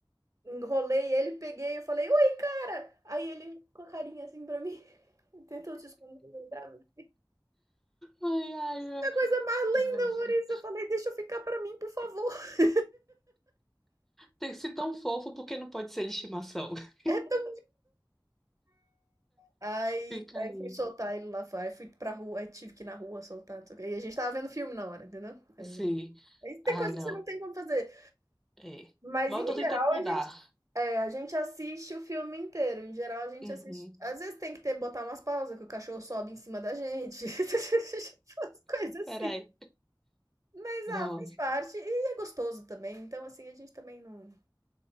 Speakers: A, on the right; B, in the centre.
A: Enrolei ele, peguei, eu falei: "Oi, cara!" Aí ele com a carinha assim pra mim, <laughs> tentou se esconder, olhava.
B: Ai, ai, meu-
A: Que coisa mais linda,
B: nossa.
A: Maurício. Eu falei: "Deixa eu ficar pra mim, por favor". <laughs>
B: Tem que ser tão fofo porque não pode ser de estimação. <laughs>
A: É tão Aí
B: Fica
A: aí
B: aí.
A: fui soltar ele lá fora, aí fui pra rua, aí tive que ir na rua soltar, não sei o quê. E a gente tava vendo filme na hora, entendeu? Aí
B: Sim.
A: aí tem
B: Ai,
A: coisa
B: não.
A: que você não tem como fazer.
B: É.
A: Mas
B: Mas
A: em
B: eu tô
A: geral
B: tentando mudar.
A: a gente é, a gente assiste o filme inteiro, em geral a gente
B: Uhum.
A: assiste às vezes tem que ter botar umas pausas, que o cachorro sobe em cima da gente, <laughs> umas coisas assim.
B: Peraí.
A: Mas,
B: Nossa.
A: ah, faz parte e é gostoso também, então, assim, a gente também não